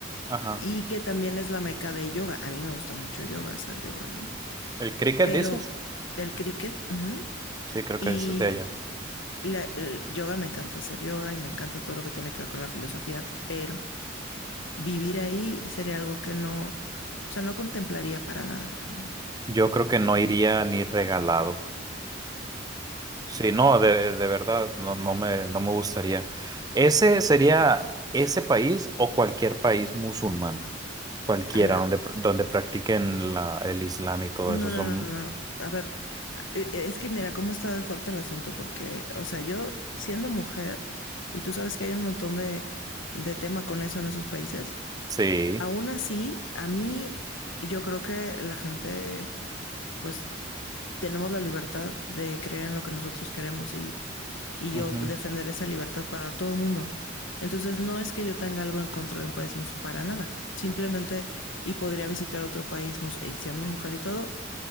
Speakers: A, on the right; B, on the left.
A: ajá.
B: Y que también es la meca de yoga. A mí me gusta mucho yoga, hacer yoga, ¿no?
A: ¿El cricket
B: pero
A: dices?
B: del cricket, ajá,
A: Sí, creo que
B: y
A: es de allá.
B: la- el yoga me encanta hacer yoga y me encanta todo lo que tiene que ver con la filosofía, pero vivir ahí sería algo que no, o sea, no contemplaría para nada, ¿no?
A: Yo creo que no iría ni regalado. Sí, no, de, de verdad, no, no me, no me gustaría. ¿Ese sería ese país o cualquier país musulmán? Cualquiera,
B: Alan,
A: donde, donde practiquen la, el Islam y todo
B: no,
A: eso. Son,
B: no, no, no. no. A ver, a- e- e- es que mira cómo está de fuerte el asunto, porque, o sea, yo siendo mujer, y tú sabes que hay un montón de, de tema con eso en esos países,
A: sí,
B: aún así, a mí, yo creo que la gente, pues, tenemos la libertad de creer en lo que nosotros queremos y, y
A: ujú,
B: yo defender esa libertad para todo el mundo. Entonces, no es que yo tenga algo en contra de un país musulmán, para nada. Simplemente, y podría visitar otro país musulmán y siendo mujer y todo,